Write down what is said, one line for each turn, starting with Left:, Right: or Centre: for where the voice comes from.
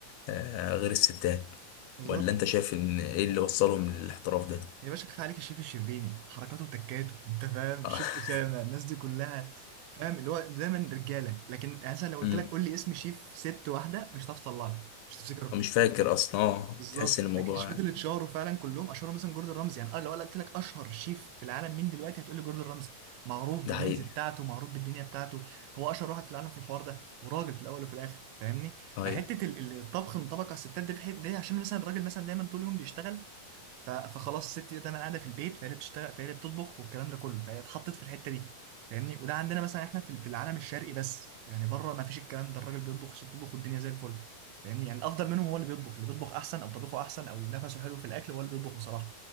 Left: آه، غير الستات
Right: بالظبط
Left: ولا أنت شايف إن إيه اللي وصلهم للاحتراف ده؟
Right: يا باشا كفايه عليك الشيف الشربيني حركاته وتكاته انت فاهم الشيف
Left: آه،
Right: اسامه الناس دي كلها فاهم اللي هو دايما رجاله لكن يعني
Left: <laughs>
Right: مثلا لو قلت
Left: أمم.
Right: لك قول لي اسم شيف ست واحده مش هتعرف تطلعني مش تفتكره
Left: مش فاكر أصلا آه
Right: بالظبط
Left: تحس إن الموضوع
Right: لكن الشيفات اللي اتشهروا فعلا كلهم اشهروا مثلا جوردن رامزي يعني انا لو قلت لك اشهر شيف في العالم مين دلوقتي هتقول لي جوردن رامزي معروف بالميمز
Left: ده حقيقي
Right: بتاعته معروف بالدنيا بتاعته هو اشهر واحد في العالم في الحوار ده وراجل في الاول وفي الاخر فاهمني
Left: أيوه
Right: فحته ال- ال- الطبخ انطبق على الستات دي بحته دي عشان مثلا الراجل مثلا دايما طول اليوم بيشتغل ف- فخلاص الست دي دايما قاعده في البيت فهي اللي بتشتغل فهي اللي بتطبخ والكلام ده كله فهي اتحطت في الحته دي فاهمني وده عندنا مثلا احنا في في العالم الشرقي بس يعني بره ما فيش الكلام ده الراجل بيطبخ الست بتطبخ والدنيا زي الفل فاهمني يعني الافضل منهم هو اللي بيطبخ اللي بيطبخ احسن او طبيخه احسن او نفسه حلو في الاكل هو اللي بيطبخ بصراحه